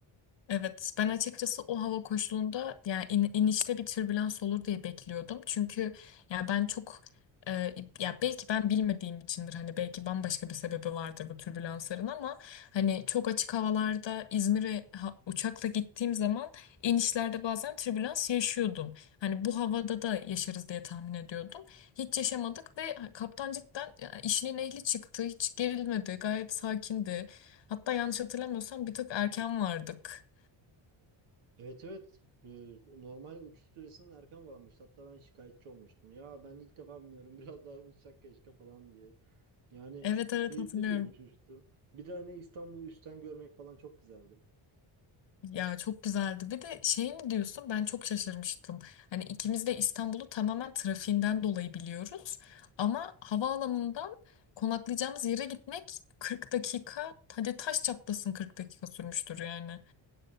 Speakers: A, on the left; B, on the right.
A: Evet, ben açıkçası o hava koşulunda yani in- inişte bir türbülans olur diye bekliyordum. Çünkü yani ben çok e, ya belki ben bilmediğim içindir hani belki bambaşka bir sebebi vardır bu türbülansların ama hani çok açık havalarda İzmir'e ha- uçakla gittiğim zaman inişlerde bazen türbülans yaşıyordum. Hani bu havada da yaşarız diye tahmin ediyordum. Hiç yaşamadık ve kaptan cidden ya, işinin ehli çıktı. Hiç gerilmedi. Gayet sakindi. Hatta yanlış hatırlamıyorsam bir tık erken vardık.
B: Evet evet Ee, normal uçuş süresinin erken varmış. Hatta ben şikayetçi olmuştum. Ya ben ilk defa biniyorum <laughs> biraz daha uçsak keşke falan diye. Yani
A: Evet evet
B: keyifli
A: hatırlıyorum.
B: bir uçuştu. Bir de hani İstanbul'u üstten görmek falan çok güzeldi.
A: Ya çok güzeldi. Bir de şey mi diyorsun? Ben çok şaşırmıştım. Hani ikimiz de İstanbul'u tamamen trafiğinden dolayı biliyoruz. Ama havaalanından konaklayacağımız yere gitmek 40 dakika, hadi taş çatlasın 40 dakika sürmüştür yani.